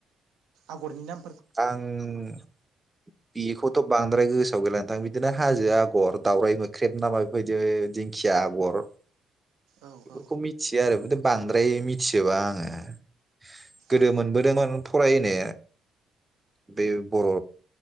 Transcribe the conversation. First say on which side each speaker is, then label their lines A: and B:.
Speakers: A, on the right; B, on the right.
A: आगरनि नाम
B: आं बेखौथ' बांद्राय गोसोआव गैला नोंथां बिदिनो हाजो आगर दावराय मोख्रेब ना मा बेबायदि दिंखिया आगर बेफोरखौ
A: औ औ
B: मिथियो आरो <unintelligible> बांद्राय मिथिजोबा आङो। गोदो
A: औ
B: मोनबोदोंमोन फरायनो बे बर'